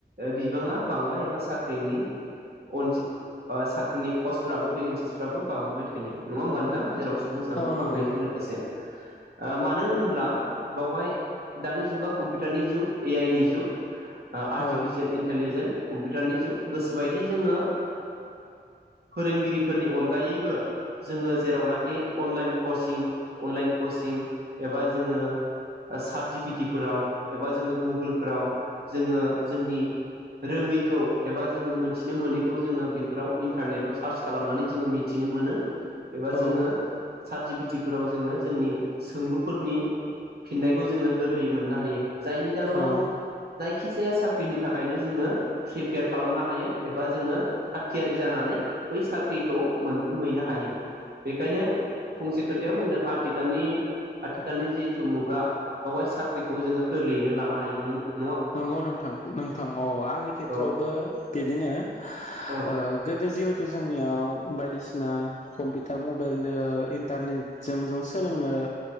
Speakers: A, on the right; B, on the left.
A: बिबाङा बांबाय एबा साख्रिनि अजि साख्रिनि पस्टफ्राबो भेकेन्सिसफ्राबो बांबोबाय थायो नङा होमबा नोंथां? जेराव सुबुं सानखो
B: औ
A: बांनायजों
B: नंगौ
A: लोगोसे मानो होनोब्ला? बावहाय दानि जुगा कम्पिउटारनि जुग ए आइ नि जुग। आर्टिफिसियेल
B: औ
A: इन्टलिजेन्स। कम्पिउटारनि जुग गोसोबायदि जोङो फोरोंगिरिफोरनि अनगायैबो जोङो जेरावनाखि अनलाइन कचिं अनलाइन कचिं एबा जोङो सारथ जि पिे टि फोराव। एबा जोङो गुगोलफोराव। जोङो जोंनि, रोङैखौ एबा जोङो मोनथिनो मोनैखौ जोङो बेफोराव इन्टारनेटआव सार्च खालामनानै जोङो मिथिनो मोनो। एबा
B: औ
A: जोङो सारथ जि पि ति फोराव जोङो जोंनि सोंलुफोरनि फिननायखौ जोङो गोरलैयै मोननो हायो जायनि जउनाव
B: औ
A: जायखिजाया। फिसाया साख्रिनि थाखायनो जोङो। प्रिपेयार खालामनो हायो एबा जोङो थाग थियारि जानानै बै साख्रिखौ मोनफुंहैनो हायो, बेखायनो फंसे खोथायाव बुंदों आथिखालनि आथिखालनि जि मुगा बेावहाय साख्रिखौ जोङो गोरलैयैनो लानो हायो। नों
B: नंगौ नोंथां नोंथां अ आंनि खेथ्रआवबो
A: औ
B: बिदिनो ओ
A: औ
B: गोदो जिहेथु जोंनियाव बायदिसिना कम्पिउटार मबाइल इन्टारनेटजों जों सोलोंनो